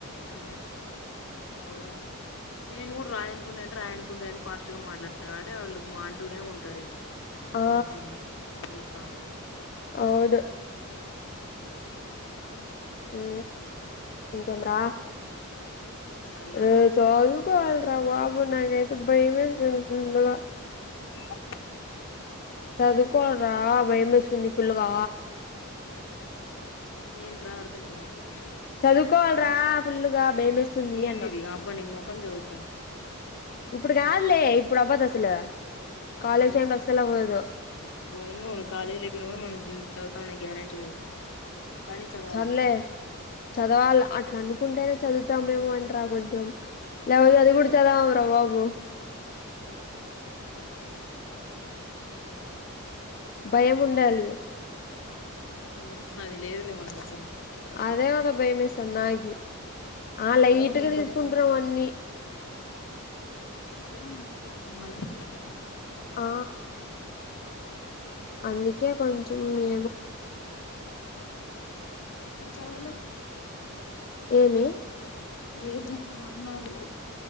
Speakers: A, on the left; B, on the left.
A: ఆ అవును నేను కూడ రాయనుకున్నాను రాయనుకుంటే అని ఫాస్ట్ గా మాట్లాడతారు కాబట్టి వాళ్ళు మాంటూనే ఉంటారు
B: ఆ
A: ఫౌజీ నిలికా ఇద్దరు
B: అవును ఊ ఇంకెందిరా
A: చెప్పాలరా
B: ర చదువుకోవాలరా బాబు నాకైతే భయమేస్తుంది ఫుల్లుగా
A: ఎప్ప
B: చదువుకోవాలరా భయం ఏస్తుంది ఫుల్గా
A: ఏంట్రా అర్థం కాలే ఒక నిమిషం
B: చదువుకోవాలిరా ఫుల్లుగా భయమేస్తుంది
A: ఏంటిది
B: అన్న
A: అబ్బా ని మోకం చదువుతుంది
B: ఇప్పుడు కాదులే ఇప్పుడు అవ్వదు అసలు కాలేజ్
A: ఆ
B: టైమ్ లో అస్సలు అవ్వదు
A: బొంగు కాలేజ్ లేకున్నా కూడా మనం చ ఉన్నా గ్యారెంటీ లేదు కానీ చదవాలి
B: సర్లే చదవాలి అట్లా అనుకుంటేనే చదువుతామేమోంటరా కొంచెం లేకపోతే అది కూడా చదవడం రా బాబు
A: ఉమ్ కరెక్ట్ ఏ
B: భయం ఉండాలి
A: ఉమ్ అది లేదులే మనకు అసలు
B: అదే కద భయం వేస్సంది నాకూ ఆ లైట్గా
A: భయం ఉంటేనే
B: తీసుకుంటున్నాం
A: మనం చదివి
B: అన్నీ
A: భయం ఉంటే చదువుతాం భయం అంటే
B: ఆ
A: ఓ
B: అందుకే కొంచం మీ
A: ఇప్పుడు చదువులు
B: ఏమి
A: రేపు మర్నాడు